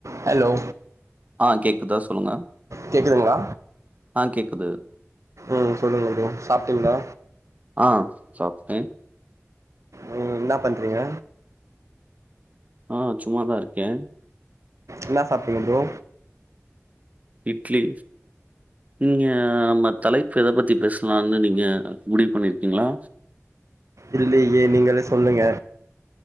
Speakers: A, on the right; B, on the right.
A: Hello
B: ஆ கேக்குதா சொல்லுங்க
A: கேக்குதுங்களா
B: ஆ கேக்குது
A: ம் சொல்லுங்க ப்ரோ சாப்டிங்களா
B: ஆ சாப்ட்டே
A: ம் என்னா பண்றீங்க
B: ஆ சும்மாதா இருக்கே
A: என்னா சாப்டிங்க ப்ரோ
B: இட்லி ம் ஏ நம்ம தலைப்பு எத பத்தி பேசலான்னு நீங்க முடிவு பண்ணிருக்கீங்ளா
A: இல்லையே நீங்களே சொல்லுங்க